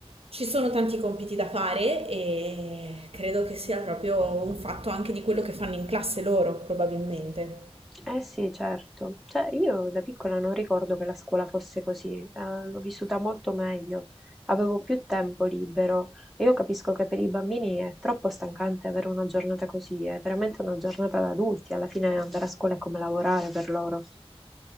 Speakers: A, on the right (about 70°); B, in the centre.
A: Ci sono tanti compiti da fare e credo che sia proprio un fatto anche di quello che fanno in classe loro, probabilmente.
B: Eh sì, certo. Cioè, io da piccola non ricordo che la scuola fosse così, eh, l'ho vissuta molto meglio, avevo più tempo libero e io capisco che per i bambini è troppo stancante avere una giornata così, è veramente una giornata da adulti, alla fine andare a scuola è come lavorare per loro.